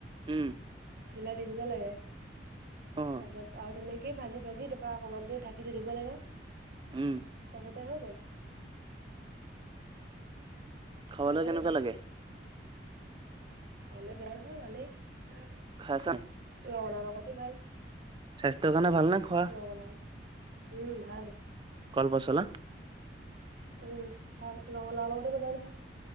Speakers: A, on the right; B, on the right.
A: উম।
B: চলাই দি দিব লাগে
A: অ
B: তাৰ পিছত আৰু তেনে তাকে ভাজি ভাজি তাৰপা অকমান দেৰি ঢাকি থৈ দিব লাগে তাৰপিছতে
A: উম
B: হৈ গ'ল।
A: খাবলৈ
B: তাৰ হৈয়ে
A: কেনেকুৱা লাগে?
B: খাবলে বেয়া নহয় ভালেই। এ
A: খাইছা
B: ৰঙালাও লগতে ভাল,
A: স্বাস্থ্যৰ কাৰণে ভাল নে খোৱা
B: ৰঙালাও। উম ভাল।
A: কলপচলা।
B: উম ভাল লগৰ লৰা লগতে গলা নহয়